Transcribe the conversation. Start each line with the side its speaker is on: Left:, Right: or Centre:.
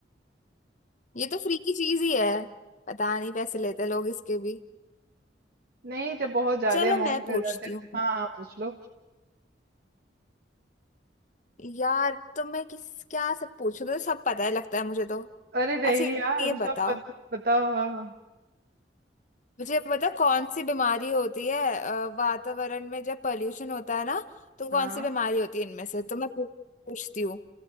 Left: ये तो फ्री की चीज ही है पता नहीं पैसे लेते लोग इसके भी
Right: नहीं जब बहुत ज्यादा
Left: चलो
Right: अमाउंट
Left: मैं पूछती
Right: में जाते
Left: हूँ
Right: हाँ हाँ पूछ लो
Left: यार तो मैं किस क्या सब पूछूं तो सब पता है लगता है मुझे तो
Right: अरे नहीं
Left: अच्छा
Right: यार
Left: ये
Right: सब
Left: बताओ
Right: पत, बताओ हाँ
Left: मुझे पता कौन सी बीमारी होती है अ, वातावरण में जब पॉल्यूशन होता है ना तो कौन
Right: हाँ
Left: सी बीमारी होती है इनमें से तो मैं पू- पूछती हूँ